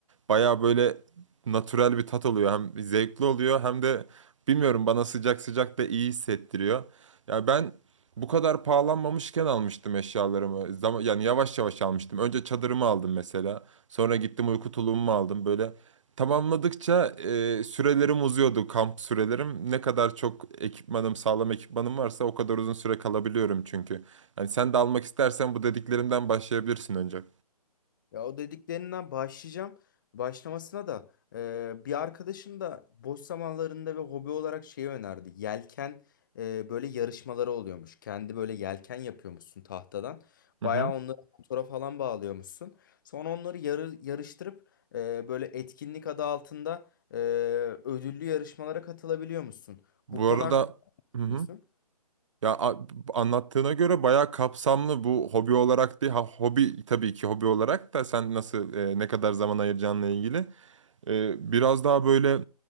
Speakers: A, on the right; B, on the left.
A: Bayağı böyle natürel bir tat oluyor. Hem zevkli oluyor hem de Bilmiyorum bana sıcak sıcak da iyi hissettiriyor. Ya ben bu kadar pahalanmamışken almıştım eşyalarımı. Zaman, yani yavaş yavaş almıştım. Önce çadırımı aldım mesela. Sonra gittim uyku tulumumu aldım. Böyle tamamladıkça e, sürelerim uzuyordu kamp sürelerim. Ne kadar çok ekipmanım, sağlam ekipmanım varsa o kadar uzun süre kalabiliyorum çünkü. Yani sen de almak istersen bu dediklerimden başlayabilirsin önce.
B: Ya o dediklerinden başlayacağım. Başlamasına da e, bir arkadaşım da boş zamanlarında ve hobi olarak şeyi önerdi. Yelken e, böyle yarışmaları oluyormuş. Kendi böyle yelken yapıyormuşsun tahtadan.
A: Hı
B: Bayağı
A: hı.
B: onları motora falan bağlıyormuşsun. Sonra onları yarı, yarıştırıp e, böyle etkinlik adı altında e, ödüllü yarışmalara katılabiliyormuşsun.
A: Bu
B: Bu konu
A: arada
B: hakkında ne
A: hı hı.
B: düşünüyorsun?
A: Ya a- anlattığına göre bayağı kapsamlı bu hobi olarak değil. Ha, hobi tabii ki hobi olarak da sen nasıl e, ne kadar zaman ayıracağınla ilgili. E, biraz daha böyle